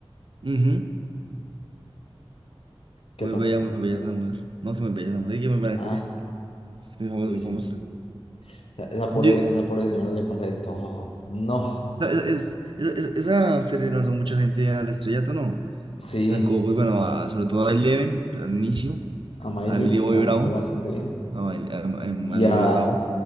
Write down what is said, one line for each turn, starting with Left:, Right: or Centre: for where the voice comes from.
Right: Ujú,
Left: ¿Qué
Right: Muy
Left: pasó?
Right: bella, muy bella esa mujer. No, que muy bella esa mujer, y que muy buena
Left: Ah,
Right: actriz. Muy famosa,
Left: sí,
Right: muy
Left: sí.
Right: famosa.
Left: Esa esa pobre,
Right: Yo-
Left: esa pobre señora le pasa de todo. No,
Right: es- es- es- esa serie lanzó mucha gente al estrellato, ¿no?
Left: sí,
Right: Sacó, pues bueno, a- sobre todo a Eleven, al inicio,
Left: a Miley
Right: a Emily Bobby
Left: la
Right: Brown,
Left: sacó bastante bien.
Right: a, Mal- a- a Emily
Left: y a,
Right: Bobby Brown.